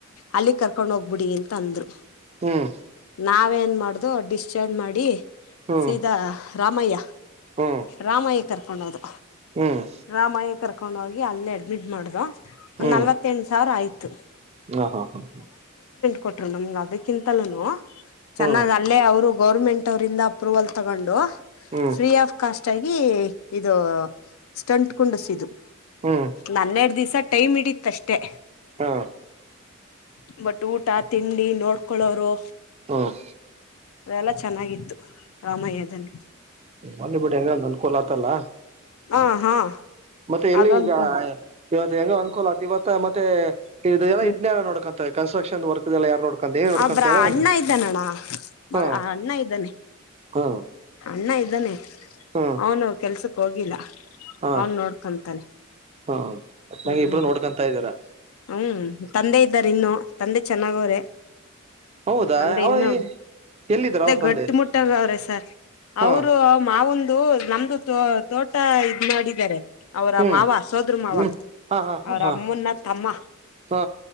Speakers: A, on the left (about 75°); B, on the right (about 30°).
A: ಅಲ್ಲಿ ಕರ್ಕೊಂಡ್ ಹೋಗ್ಬುಡಿ ತಂದ್ರೂ
B: ಹ್ಮ್
A: ನಾವೇನ್ ಮಾಡು ಅದು ಡಿಸ್ಚಾರ್ಜ್ ಮಾಡಿ
B: ಹ್ಮ್
A: ಸೀದಾ ರಾಮಯ್ಯ
B: ಹ್ಮ್
A: ರಾಮಯ್ಯ ಕರ್ಕೊಂಡೋದ
B: ಹ್ಮ್ ಹ್ಮ್
A: ರಾಮಾಯಕರ್ ಕರ್ಕೊಂಡ್ ಹೋಗಿ ಅಲ್ಲೇ ಅಡ್ಮಿಟ್ ಮಾಡ್ವೊ
B: ಹ್ಮ್
A: ನಾಲ್ವಂತೆಟ್ಟು ಸಾವ್ರ ಆಯ್ ತ್
B: ಹಾ ಹಾ ಹಾ ಹ್ಮ
A: ಕೊಟ್ರು ನಮ್ಗೆ ಅದಕ್ಕಿಂತಲೂನು ಚೆನ್ನಾಗ್
B: ಹ್ಮ್
A: ಅಲ್ಲೇ ಅವ್ರು ಗೌರ್ಮೆಂಟ್ ಅವ್ರಿಂದ ಅಪ್ರೂವಲ್ ತಗೊಂಡು
B: ಹ್ಮ್
A: ಫ್ರೀ ಆಫ್ ಕಾಸ್ಟ್ ಅಷ್ಟಾಗಿ ಇದು ಸ್ಟಂಟ್ ಕೊಂಡುಸಿದ್ದು
B: ಹ್ಮ್
A: ನನ್ನೆರಡ್ ದಿವ್ಸ ಟೈಮಿಡಿತ್ ಕಷ್ಟೇ
B: ಹಾ
A: ಎ ಬಟ್ ಊಟ ತಿಂಡಿ ನೋಡ್ಕಳೋರು
B: ಹ್ಮ್
A: ಅವೆಲ್ಲ ಚೆನ್ನಾಗಿತ್ತು ರಾಮಯದಲ್ಲಿ
B: ಹೋಗ್ಲಿ ಬಿಡಿ ಹೆಂಗ ಒಂದ್ ಅನುಕೂಲ ಆತಲ್ಲ
A: ಹಾ ಹಾ
B: ಮತ್ತೆ ಎಲ್ಲಿ
A: ಅದೊಂದು
B: ಈಗ ಇವತ್ತು ಹೆಂಗ ಅನುಕೂಲ ಆ ಇವತ್ ಮತ್ತೆ ಇಲ್ಲ
A: ಹ್ಮ್
B: ಇದನ್ನಲ್ಲ ನೋಡ್ಕೊಂತ ಕನ್ಸ್ಟ್ರಕ್ಷನ್ ವರ್ಕ್ ಯಾರು ನೋಡ್ಕ ಏನ್ ನೋಡ್ಕೊಂತಲ್ಲ
A: ಒಬ್ರ ಅಣ್ಣ ಇದ್ದಾನಣ್ಣ ಮಗ
B: ಹಾ
A: ಅಣ್ಣ ಇದ್ದಾನೆ
B: ಹಾ
A: ಅಣ್ಣ ಇದ್ದಾನೆ
B: ಹಾ
A: ಹೌನು ಕೆಲ್ಸ ಹೋಗಿಲ್ಲ
B: ಹಾ
A: ಅವನ್ ನೋಡ್ಕೊಂತಾನೆ
B: ಹಾ ಒಟ್ನಾಗಿ
A: ಹ್ಮ್
B: ಇಬ್ರು ನೋಡ್ಕೊಂತಾ ಇದ್ದೀರಾ
A: ಹ್ಮ್ ತಂದೆ ಇದ್ದಾರೆ ಇನ್ನು ತಂದೆ ಚೆನ್ನಾಗವ್ರೆ
B: ಹೌದಾ
A: ತಂದೆ
B: ಅವ
A: ಇನ್ನು
B: ಆ ಎಲ್ಲಿದ್ದರ ಅವ್ರ ತಂದೆ
A: ಗಟ್ಟ ಮುಟ್ಟಾಗ ಅವ್ರೆ
B: ಹಾ
A: ಅವರು ಮ ನಾವೊಂದು ನಮ್ದು ತೋ ತೋಟ ಇದ ಮಾಡಿದ್ದಾರೆ ಅವರ
B: ಹ್ಮ್
A: ಮಾವ ಸೋದ್ರ ಮಾವ
B: ಹ್ಮ್ ಹಾ ಹಾ
A: ಅವರ
B: ಹಾ ಹಾ
A: ಅಮ್ಮನ ತಮ್ಮ
B: ಹಾ